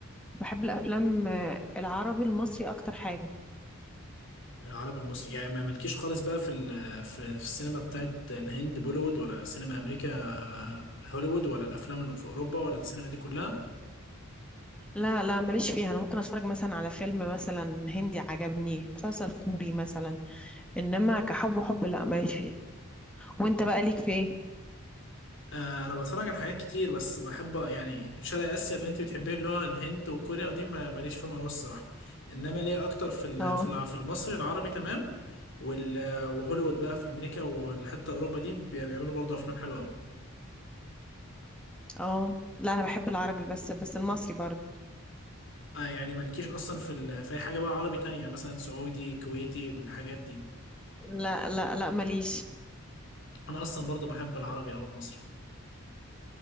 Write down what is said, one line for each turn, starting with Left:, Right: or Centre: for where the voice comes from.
Centre: بحب الافلام آه، العربي المصري اكتر حاجه
Left: العربي المصري يعني ما ملكيش خالص بقى في ال- في في السينما بتاعت الهند بوليوود ولا سينما امريكا آه، هوليوود ولا الافلام اللي في اوروبا ولا السينما دي كلها
Centre: لا لا ماليش فيها انا ممكن اتفرج مثلا على فيلم مثلا هندي عجبني مسلسل كوري مثلا انما كحب وحب لا ماليش فيها وانت بقى ليك في ايه
Left: آه، انا بتفرج على حاجات كتير بس بحب يعني شرق اسيا اللي انت بتحبيه اللي هو الهند وكوريا ودي ما- ماليش فيهم قوي الصراحه انما ليا اكتر في ال-
Centre: اه
Left: في الع- في المصري العربي تمام وال- وهوليوود بقى في امريكا وحتى اوروبا دي بي- بيعملوا برضه افلام حلوه قوي
Centre: اه لا انا بحب العربي بس بس المصري برضه
Left: آه يعني مالكيش اصلا في ال- في اي حاجه بقى عربي تانية يعني مثلا سعودي كويتي الحاجات دي
Centre: لا لا لا ماليش
Left: انا اصلا برضه بحب العربي او المصري